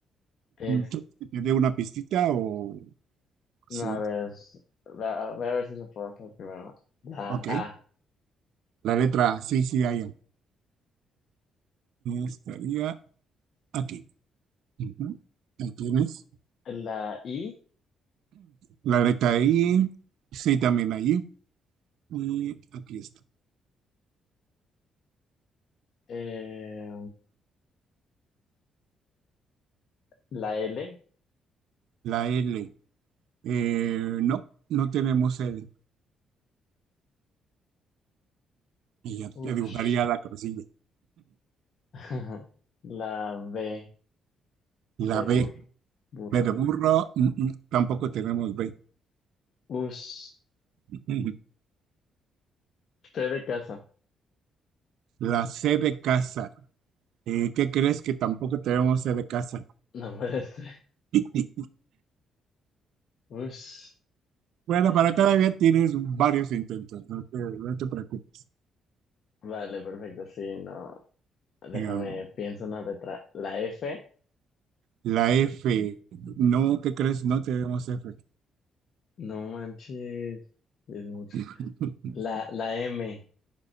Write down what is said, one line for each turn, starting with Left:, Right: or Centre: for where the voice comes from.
Left: Es,
Right: ¿quieres que te dé una pistita o
Left: no,
Right: sí?
Left: a ver, la- voy a ver si se puede hacer primero. La
Right: Ok.
Left: A,
Right: La letra sí, sí, hay. Estaría aquí. Ujú. Ahí tienes.
Left: la I,
Right: La letra I, sí, también allí. Y aquí está.
Left: eh, la L,
Right: La L. eh, no, no tenemos L. Y ya,
Left: ush,
Right: ya dibujaría la cabecilla.
Left: <laughs> la B de
Right: La
Left: burro,
Right: B,
Left: burro.
Right: B de burro, mm, mm, tampoco tenemos B.
Left: Usted
Right: <laughs>
Left: de casa. <laughs>
Right: La C de casa, Eh, ¿qué crees que tampoco tenemos de casa?
Left: No puede ser.
Right: <laughs>
Left: Us.
Right: Bueno,
Left: eh,
Right: pero todavía tienes varios intentos, no te, no te preocupes.
Left: vale, perfecto. Sí, no. Déjame,
Right: Eh,
Left: pienso una letra. La F.
Right: La F, no, ¿qué crees? No tenemos F.
Left: No manches. Es mucho.
Right: <laughs>
Left: La, la M.